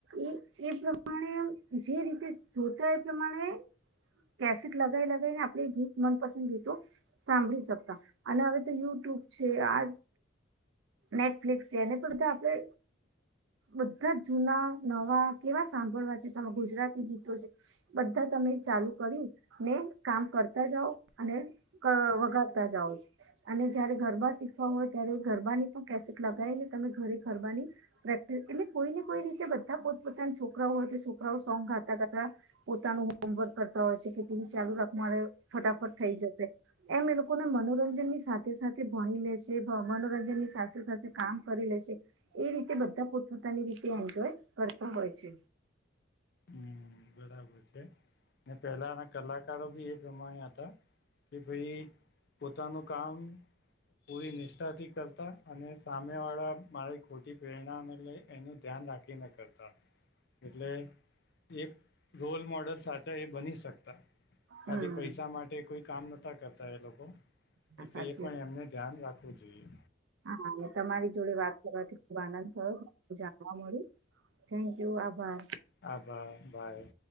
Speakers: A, on the right (about 80°); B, on the left (about 60°).
A: એ એ પ્રમાણે જે રીતે જોતા એ પ્રમાણે કેસેટ લગાવી લગીને આપડ ગીત મનપસંદ ગીતો સાંભળી શકતા અને હવે તો યુટ્યુબ છે આ નેટફ્લિકસ છે એને પણ બધા આપડે બધા જૂના નવા કેવા સાંભળવા છે ત ગુજરાતી ગીતો છે બધા તને ચાલુ કરી ને કામ કરતા જાવ અને વગાડતા જાઓ. અને જયારે ગરબા શીખવા હોય ત્યારે ગરબાની પણ કેસેટ લગાવ ને તમે ઘરે ગરબાની પ્રેક્ટિસ એટલે કોઈને કોઈ રીતે બધા પોત પોતાના છોકરાઓ હોય તો છોકરાઓ સોંગ ગાતા ગાતા પોતાનું હોમવર્ક કરતા હોય છે. કે ટીવી ચાલુ રાખ ફટાફટ થઈ જશે એમ એ લોકોને મનોરંજન ની સાથે સાથે ભણી લે છે મનોરંજન ની સાસ સાથે કામ કરી લે છે એ રીતે બધા પોતપોતાની રી એન્જોય કરતા હોય છે.
B: હમ બબર છે પેલાના કલાકારો બી એ પ્રમાણે હતા. કે ભાઈ પોતાનું કામ પૂરી નિષ્ઠાથી કરતા અને સામે વાળા મારી ખોટી પ્રેરણાને લઈ એનું ધ્યાન રાખી ના કરતા એટલે એ રોલ મોડલ સાચા એ બની શકતા
A: હમ
B: ખાલી પૈસા માટે કોઈ કામ નતા કરતા એ લોકો
A: હા,
B: એટલે
A: સાચી
B: એ
A: વાત.
B: પણ એમને ધ્યાન રાખવું જોઈએ.
A: હા તમારી જોડે વાત કરવાથી ખુબ આનંદ થયો જાણવા મળ્યું. થેન્ક યુ આભાઈ.
B: હાભ બાય.